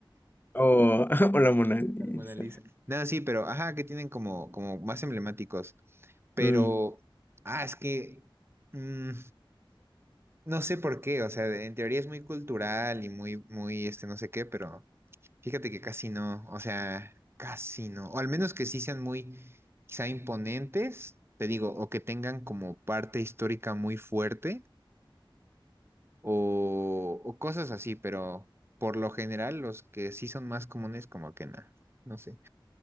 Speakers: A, on the left; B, on the right.
A: Oh, <laughs> o la Mona Lisa.
B: a la Mona Lisa. No, sí, pero, ajá, que tienen como, como más emblemáticos. Sí. Pero,
A: Mm,
B: ah, es que, mm, no sé por qué, o sea, de- en teoría es muy cultural y muy, muy, este, no sé qué, pero fíjate que casi no, o sea, casi no, o al menos que sí sean muy, quizá imponentes, te digo, o que tengan como parte histórica muy fuerte, o, o cosas así, pero por lo general los que sí son más comunes, como que nada, no sé.